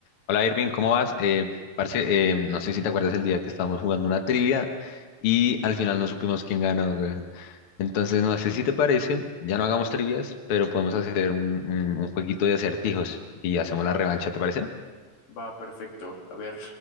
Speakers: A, on the left; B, on the left.
A: Hola Irving, ¿cómo vas? Eh, parce, eh, no sé si te acuerdas el día que estábamos jugando una trivia y al final no supimos quién ganó, weón. Entonces, no sé si te parece, ya no hagamos trivias, pero podemos hacer un, un- un jueguito de acertijos y hacemos la revancha, ¿te parece?
B: Va perfecto. A ver,